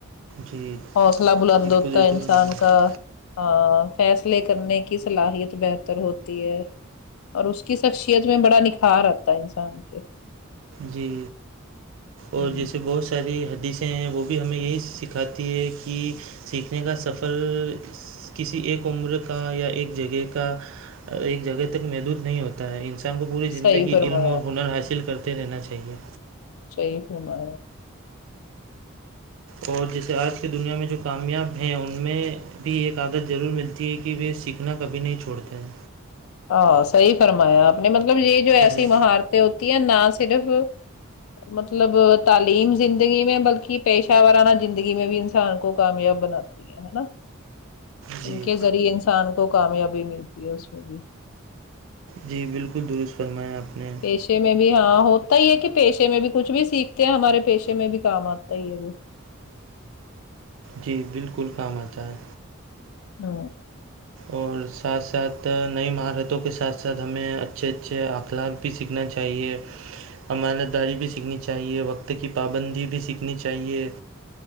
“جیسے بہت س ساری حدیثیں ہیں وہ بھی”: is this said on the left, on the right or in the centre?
Right